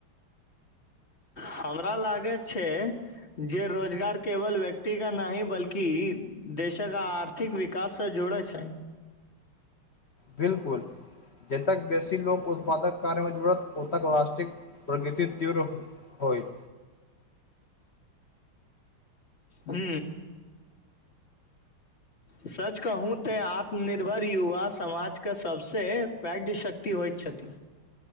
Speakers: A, on the left (about 30°); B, on the left (about 50°).
A: हमरा लागै छै जे रोजगार केवल वेक्ति का नाहि बल्कि देश क आर्थि क विकास से जुड़ैत छनि
B: बिलकुल जेतक बेसी लोक उत्पादक कार्य मे जूड़त ओतक लास्टिक प्रगति तीव्र होइत
A: हू सच कहूँ तऽ आत्मनिर्भर युवा समाज के सभ सँ पैघ शक्ति होइत छथि